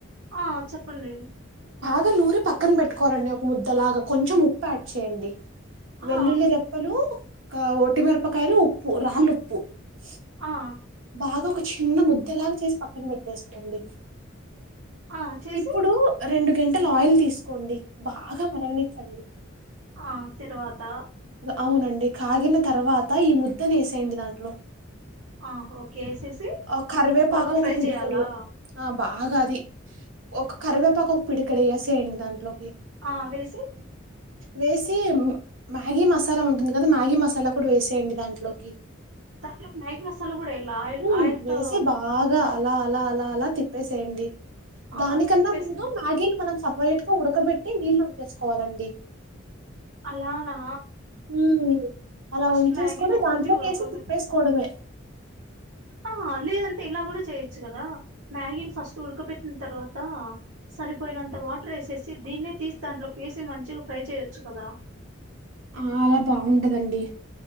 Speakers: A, on the right (about 85°); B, on the right (about 75°).
A: ఆ చెప్పండి
B: ఒక నూరి పక్కన పెట్టుకోరండి ఒక ముద్దలాగా కొంచెం ఉప్పు యాడ్ చేయండి వెల్లుల్లి
A: ఆ
B: రెప్పలు ఒటిమిరపకాయలు ఉప్పు రాళ్ళు ఉప్పు ప్పు
A: ఆ
B: బాగా ఒక చిన్న ముద్దలాగా చేసి పక్కన పెట్టేసుకోండి
A: ఆ చేసి
B: ఇప్పుడు రెండు గంట అట్టలు ఆయిల్ తీసుకోండి బాగా మరగణించండి
A: ఆ తరువాత
B: అవునండి కాగిన తర్వాత ఈ ముద్దను వేసేయండి దాంట్లో
A: ఆ ఓకే ఏసేసి
B: ఆ కరివేపాకు
A: బాగా ఫ్రై
B: ఒక పిడికడు
A: చేయాలా
B: ఆ బాగా అది ఒక కరివేపాకు ఒక పిడిక ఇక్కడ ఎ స ఏండి దాంట్లో
A: ఆ వేసి
B: వేసి మ్యాగీ మసాలా ఉంటుంది కదా మ్యాగీ మసాలా కూడా వేసేయండి దాంట్లోకి
A: త సలు కూడా ఇల్ ఆయిల్
B: హ్మ్.
A: ఆయిల్తో
B: వేసి బాగా అలా, అలా అలా తిప్పేసేయండి
A: ఆ
B: దానికన్నా
A: తిప్పేసింది
B: ముందు మ్యాగీని మనం వాలెట్ ఉడకబెట్టి నీళ్ళు అంచేసుకోవాలండి
A: అలానా
B: ఉ అలా
A: ఫస్ట్
B: వంచేసుకుని
A: మ్యాగీని ఒక్కటి
B: దాంట్లోకి
A: ఉడకబె
B: వేసి తిప్పేసుకోవడమే
A: ఆ లేదంటే ఇలా కూడా చేయచ్చు కదా మ్యాగీని ఫస్ట్ ఉడక పెట్టిన తర్వాత సరిపోయినంత వాటర్ వేసేసి దీన్నే తీసి దాంట్లోకి వేసి మంచిగా ఫ్రై చేయచ్చు కదా
B: ఆ అలా బాగుంటదండి